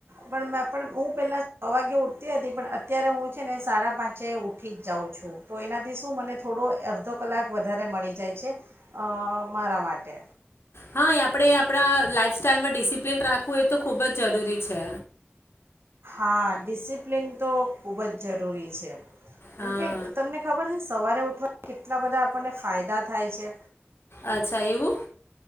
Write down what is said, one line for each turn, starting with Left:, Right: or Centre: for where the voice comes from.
Right: પણ મેં પણ હું પેલા છ વાગે ઉ તી હતી પણ અત્યારે હું છે ને સાડા પાંચે ઊઠી જ જાઉં છું તો એનાથી શું મને થોડો અડધો કલાક વધારે મળી જાય છે અ મારા માટે
Left: હા એ આપણે આપણા લાઈફ સ્ટાઈલમાં ડિસિપ્લિન રાખવું એ તો ખૂબ જ જરૂરી છે.
Right: હા ડિસિપ્લિન તો ખૂબ જ જરૂરી છે. કેમ
Left: હા
Right: કે તમને ખબર છે સવારે ઉઠ કેટલા બધા આપણને ફાયદા થાય છે.
Left: અચ્છા, એવું!